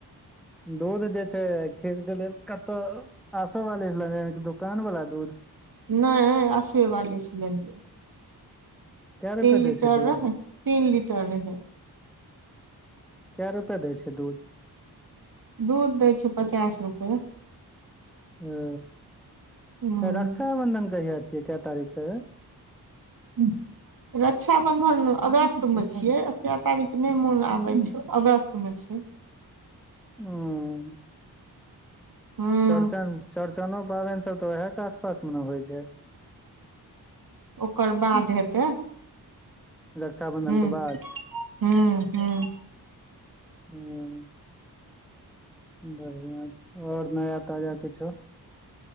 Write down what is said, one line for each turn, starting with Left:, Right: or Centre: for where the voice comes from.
Centre: दूध जे छै खीर के लेल कतहु आसो बाली लऽ कि दुकान वाला दूध?
Right: नहि आसब वाली से लेलिए।
Centre: कै
Right: तीन
Centre: रुपए
Right: लिटर
Centre: दै छै दूध
Right: रहे तीन लिटर है।
Centre: के रुपैआ दै छै दूध?
Right: दूध दै छै पचास रुपे।
Centre: ओ,
Right: हूँ
Centre: रक्षााबंधन कहिय छियै क तारीख के?
Right: हू रक्षाबंधन अगस्त में छिये आ कै तारीख नहि मोन आबे छै अगस्त मे छै।
Centre: हू हम्म
Right: हूं
Centre: चौड़चन चौड़चनो पाबनि सभ तऽ उएह के आसपासमे ने होइ छै?
Right: ओकर बाद हेतै।
Centre: रक्षाबंधन
Right: हूँ
Centre: के बाद
Right: हूँ हूँ
Centre: हूँ बढ़िया छै आओर नया ताजा किछौ?